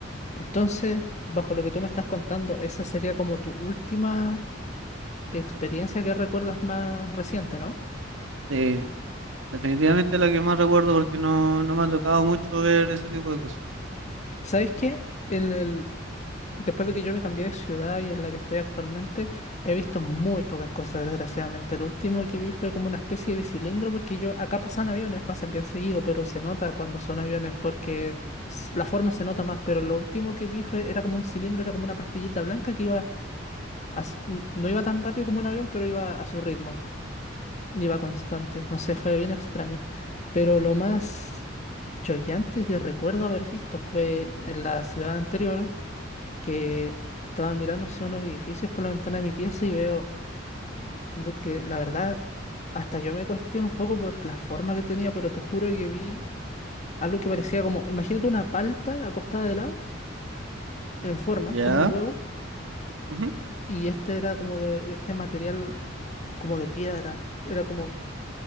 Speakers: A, on the left (about 35°); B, on the right (about 75°).
A: Entonces, bajo lo que tú me estás contando, esa sería como tu última experiencia que recuerdas más reciente, ¿no?
B: Sí, definitivamente la que más recuerdo porque no, no me ha tocado mucho ver ese tipo de cosas.
A: ¿Sabes qué? En el, Después de que yo me cambié de ciudad y en la que estoy actualmente, he visto muy pocas cosas, desgraciadamente. Lo último que vi fue como una especie de cilindro, porque yo, acá pasan aviones, pasan bien seguido, pero se nota cuando son aviones, porque s- la forma se nota más, pero lo último que vi fue, era como un cilindro, era como una pastillita blanca que iba, a s- n- no iba tan rápido como un avión, pero iba a su ritmo, iba constante. No sé, fue bien extraño. Pero lo más choqueante que recuerdo haber visto fue en la ciudad anterior que estaba mirando hacia unos edificios por la ventana de mi pieza y veo lo que la verdad hasta yo me cuestiono un poco por la forma que tenía, pero te juro que vi algo que parecía como, imagínate una palta acostada de lado, en forma,
B: ¿Ya?
A: como un huevo,
B: Ujú.
A: y este era como de, de este material como de piedra, era como